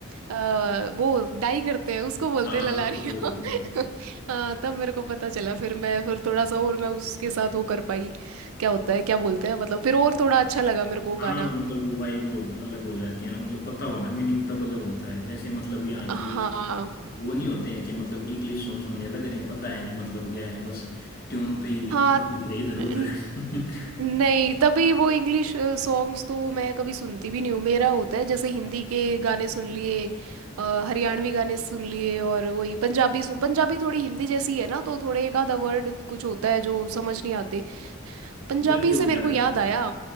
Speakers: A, on the right; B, on the left.
A: अ, वो डाई करते हैं उसको बोलते
B: हाँ
A: हैं ललारिया
B: उसको बोलते हैं
A: <laughs> हाँ तब मेरे को पता चला फिर मैं फिर थोड़ा सा और मैं उसके साथ वो कर पाई क्या होता है क्या बोलते हैं मतलब फिर और थोड़ा अच्छा लगा मेरे को वो गाना
B: हाँ मतलब वो वाइब अलग हो जाती है ना मतलब पता होना मीनिंग तब अलग होता है जैसे मतलब यहाँ
A: हाँ
B: के वो नहीं होते हैं कि मतलब इंग्लिश सॉन्ग सुनने लग रहे हैं पता है नहीं मतलब क्या है बस ट्यून पे ही
A: हाँ
B: मटे फिरे इधर
A: न-
B: उधर <laughs>
A: नहीं तभी वो इंग्लिश सॉन्ग्स तो मैं कभी सुनती भी नहीं हूँ मेरा होता है जैसे हिंदी के गाने सुन लिए अ, हरियाणवी गाने सुन लिए और वही पंजाबी सुन पंजाबी थोड़ी हिंदी जैसी है ना तो थोड़े एक आधा वर्ड कुछ होता है जो समझ नहीं आते पंजाबी
B: बिल्कुल
A: से मेरे
B: यार
A: को याद आया